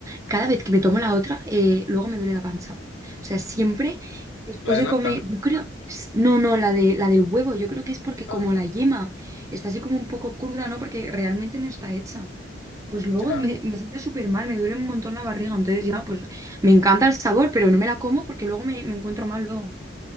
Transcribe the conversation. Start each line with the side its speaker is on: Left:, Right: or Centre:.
Right: cada vez que me tomo la otra, eh, luego me duele la panza. O sea, siempre después
Left: La de
Right: de
Left: nata.
Right: comer, yo creo, no, no, la de, la del huevo, yo creo que es porque
Left: Ah,
Right: como la yema está así como un poco cruda, ¿no? Porque realmente no está hecha. Pues luego
Left: ya.
Right: me, me sienta súper mal, me duele un montón la barriga. Entonces ya, pues me encanta el sabor, pero no me la como porque luego me, me encuentro mal luego.